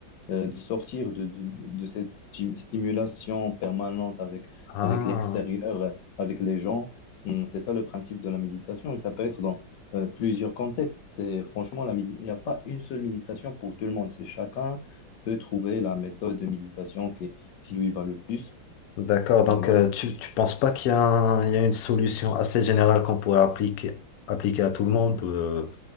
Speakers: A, on the left; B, on the left.
A: euh, de sortir de, de, de cette sti- stimulation permanente avec,
B: Ah,
A: avec l'extérieur, euh, avec les gens. Hum, C'est ça le principe de la méditation et ça peut être dans euh, plusieurs contextes. Et franchement, la médi- il n'y a pas une seule méditation pour tout le monde. C'est chacun peut trouver la méthode de méditation qui, qui lui va le plus.
B: d'accord. Donc,
A: Voilà.
B: euh, tu, tu penses pas qu'il y a un- il y a une solution assez générale qu'on pourrait appliquer, appliquer à tout le monde euh,